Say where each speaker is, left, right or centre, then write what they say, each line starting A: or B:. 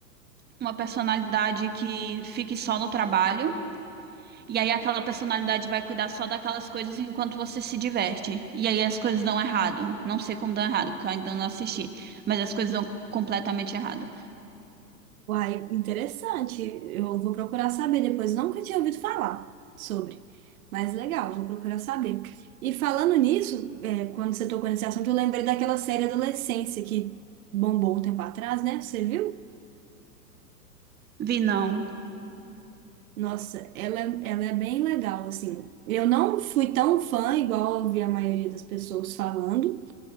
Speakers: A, on the right; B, on the right.
A: uma personalidade que fique só no trabalho, e aí aquela personalidade vai cuidar só daquelas coisas enquanto você se diverte. E aí as coisas dão errado. Não sei como dão errado, porque eu ainda não assisti, mas as coisas dão completamente errado.
B: Uai, interessante. Eu vou procurar saber depois. Nunca tinha ouvido falar sobre. Mas legal, vou procurar saber. E falando nisso, é, quando você tocou nesse assunto, eu lembrei daquela série Adolescência que bombou um tempo atrás, né? Você viu?
A: Vi não.
B: Nossa, ela, é, ela é bem legal, assim. Eu não fui tão fã, igual eu vi a maioria das pessoas falando.